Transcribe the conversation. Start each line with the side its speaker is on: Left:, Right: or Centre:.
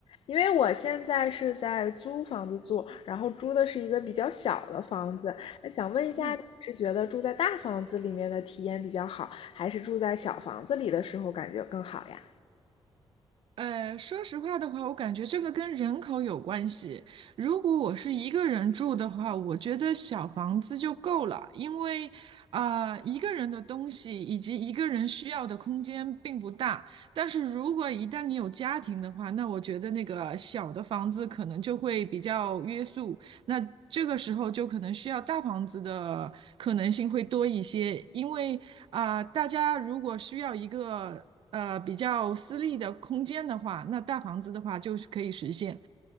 Left: 因为我现在是在租房子住，然后租的是一个比较小的房子。那想问一下，
Right: 嗯，
Left: 你是觉得住在大房子里面的体验比较好，还是住在小房子里的时候感觉更好呀？
Right: 呃，说实话的话，我感觉这个跟人口有关系。如果我是一个人住的话，我觉得小房子就够了，因为啊、呃一个人的东西以及一个人需要的空间并不大。但是如果一旦你有家庭的话，那我觉得那个小的房子可能就会比较约束。那这个时候就可能需要大房子的可能性会多一些，因为啊、大家如果需要一个呃比较私密的空间的话，那大房子的话就是可以实现。